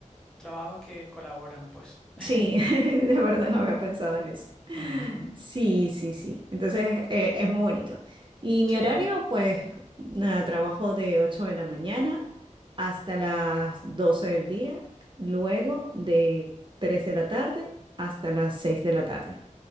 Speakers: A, in the centre; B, on the right.
A: trabajos que colaboran, pues. <laughs>
B: Sí, <laughs> de verdad no había pensado en eso.
A: Ujú.
B: Sí, sí, sí. Entonces eh, es muy bonito. Y mi
A: Sí,
B: horario, pues nada, trabajo de 8 de la mañana hasta las 12 del día, luego de 3 de la tarde hasta las 6 de la tarde.